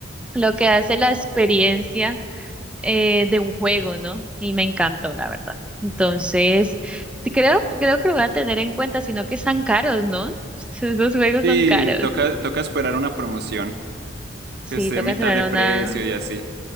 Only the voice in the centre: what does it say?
lo que hace la experiencia eh, de un juego, ¿no? Y me encantó, la verdad. Entonces, te- creo, creo que lo voy a tener en cuenta, sino que están caros, ¿no? <laughs> Los juegos
son caros.
Sí,
toca
cerrar
una,